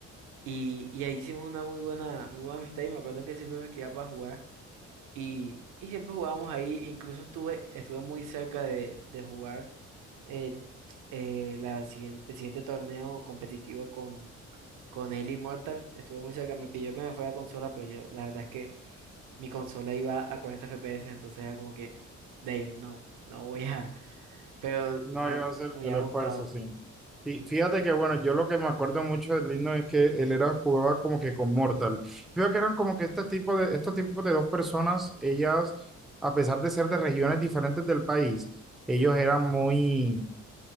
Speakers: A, on the right (about 85°); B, in the centre.
A: Y, y ahí hicimos una muy buena, muy buena amistad y me acuerdo que siempre me escribía para jugar y, y siempre jugábamos ahí, incluso estuve, estuve muy cerca de, de jugar eh, eh, la siguiente, el siguiente torneo competitivo con, con él Immortal, estuvo muy cerca, me pidió que me fuera a consola, pero yo la verdad es que mi consola iba a 40 FPS, entonces era como que, damn, no, no voy a, <laughs> pero
B: No,
A: me, acu-
B: yo hacer
A: me hubiera
B: el esfuerzo,
A: gustado.
B: sí. Y fíjate que, bueno, yo lo que me acuerdo mucho del Lino es que él era, jugaba como que con Mortal. Fíjate que eran como que este tipo de, estos tipos de dos personas, ellas, a pesar de ser de regiones diferentes del país, ellos eran muy,